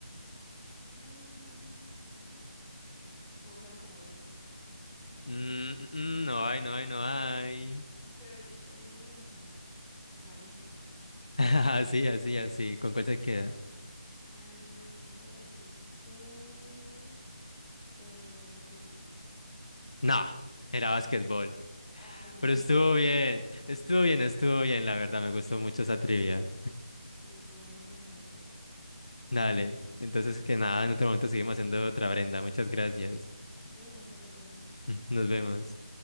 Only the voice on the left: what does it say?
Mm, mm, mm, no hay, no hay, no hay.
<laughs> Así, así, así. ¿Con cuál se queda?
No, era básquetbol.
Pero estuvo bien, estuvo bien, estuvo bien, la verdad, me gustó mucho esa trivia.
Dale, entonces que nada, en otro momento seguimos haciendo otra Brenda, muchas gracias.
<laughs> Nos vemos.